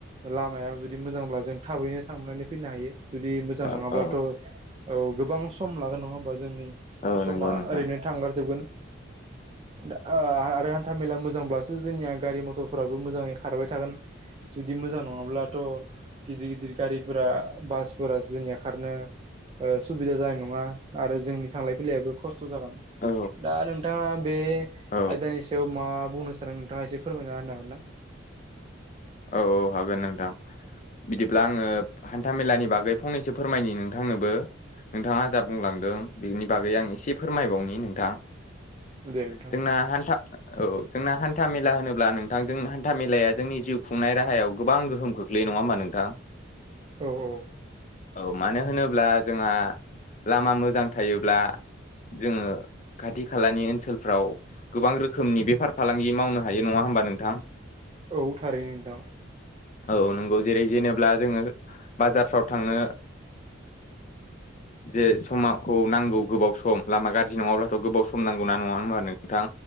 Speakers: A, on the right; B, on the left.
A: लामाया जुदि मोजांब्ला जों थाबैनो थांनानै। फैनो हायो जुदि मोजां
B: औ
A: नङाब्लाथ'
B: औ
A: औ गोबां सम लागोन नङा होमबा जोंनि।
B: औ
A: समा
B: नंगौ नोंथां
A: ओरैनो थांगारजोबगोन, दा ओ आरो हान्था मेला मोजांब्लासो जोंनिया गारि मथरफोराबो मोजाङै खारबाय थागोन। जुदि मोजां नङाब्लाथ' गिदिर गिदिर गारि, फोरा बासफोरा जोंनिया खारनो, ओ सुबिदा जानाय नङा आरो जोंनि थांलाय फैलायबो खस्थ खस्थ' जागोन
B: औ
A: दा नोंथाङा बे
B: औ
A: आयदानि सायाव मा बुंनो नोंथाङा एसे फोरमायना होनो हागोन ना?
B: औ औ हागोन नोंथां बिदिब्ला आङो हान्था मेलानि बागै फंनैसो फोरमायनि नोंथांनोबो, नोंथाङा जा बुंलांदों बेनि बागै आं एसे फोरमायबावनि नोंथां,
A: दे नोंथां
B: जोंना हान्था औ जोंना हान्थ हान्था मेला होनोब्ला नोंथांजों हान्था मेलाया जोंनि जिउ खुंनाय राहायाव गोबां गोहोम खोख्लैयो नङा होमबा नोंथां
A: औ औ
B: औ मानो होनोब्ला जोंहा लामा मोजां थायोब्ला जोङो खाथि खालानि ओनसोलफ्राव गोबां रोखोमनि बेफार फालांगि मावनो हायो नङा होमबा नोंथां
A: औ थारैनो नोंथां
B: औ नंगौ जेरै जेनेब्ला जोङो बाजारफ्राव थांनो
A: <inaudible>
B: जे समाखौ नांगौ गोबाव सम लामा गाज्रि नङाब्लाथ' गोबाव सम नांगौ ना नङा होनबा आरो नोंथां